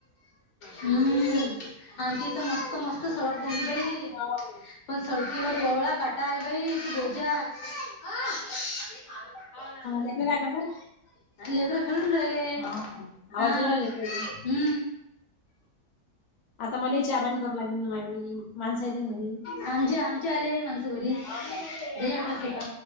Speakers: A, on the left; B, on the left.
A: हम्म आ ते तर मस्त मस्त सळक झाली भ
B: हा बाई.
A: पण सडकीवर एवळा गाटा आहे बाई त भोज्या हा हो ना
B: लेकरं
A: ले
B: काय करतात
A: लेकडं खेळून राहिले
B: हो काय आवाज
A: हा
B: येऊ
A: हम्म
B: राहिला लेकराचा आता मला चाबानी कराव लागेल ना माझबाई माणसां येते ना घरी
A: आमचे आमचे आले माणसं घरी
B: हो
A: द आठरास ए का